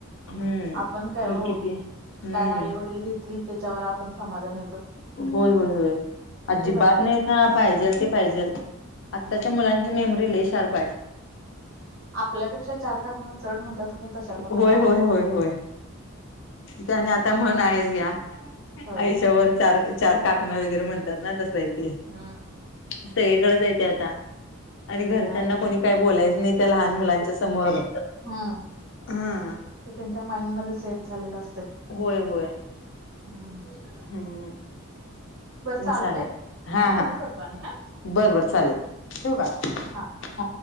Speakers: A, on the left; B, on the right.
A: हम्म
B: आपण काय हो
A: किती हम्म
B: काय आई वडील त त्याच्यावर आपण समाधान हो.
A: होय होय होय अजिबात
B: पाहिजे
A: नाही ह पाहिजेल ते पाहिजेल आत्ताच्या
B: हम्म
A: मुलां तिची मेमरी लय शार्प आहे.
B: <unintelligible> आपल्यापेक्षा चार काकम चड म्हणतात तु तशतला
A: होय
B: प्रकार आहेत.
A: होय होय होय त्याने आता म्हण आहेच घ्या
B: होय
A: आयुष्यावर चार चार काकण वगैरे म्हणतात ना तसं इथे.
B: हा.
A: सगळीकडेच येत आता आणि घरच्यांना
B: सगळ्यां
A: कोणी काय बोलायचं नाही त्या लहान मुलांच्या समोर
B: हम
A: हा
B: ते त्यांच्या माइंडमध्येध्ये सेट झालेलं असते.
A: होय होय.
B: हम्.
A: हम्म
B: चालतय
A: चालेल हा
B: मी फोन
A: हा.
B: करतो आणि हा
A: बरं बर
B: ठीक
A: चालेल ठेव का?
B: हा.
A: हा